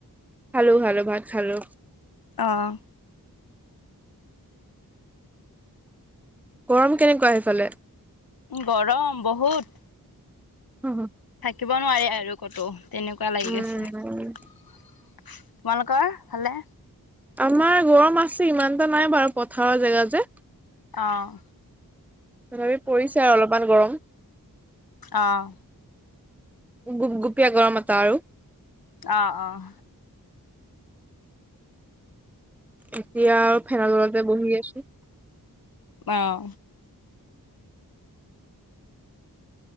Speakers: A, in the centre; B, on the left.
A: খালো খালো ভাত খালো।
B: অহ।
A: গৰম কেনেকুৱা সেইফালে।
B: গৰম বহুত।
A: হু হু।
B: থাকিব নোৱাৰি আৰু কতো তেনেকুৱা লাগি
A: উম,
B: গৈছে। তোমালোকৰ ভালে।
A: আমাৰ গৰম আছে ইমানটা নাই বাৰু পথাৰৰ জেগা যে।
B: অহ।
A: তথাপি পৰিছে আৰু অলপমান গৰম।
B: অহ।
A: গো গোপীয়া গৰমতা এটা আৰু।
B: অহ অহ।
A: এতিয়া আৰু ফেনৰতলতে বহি আছো।
B: অহ।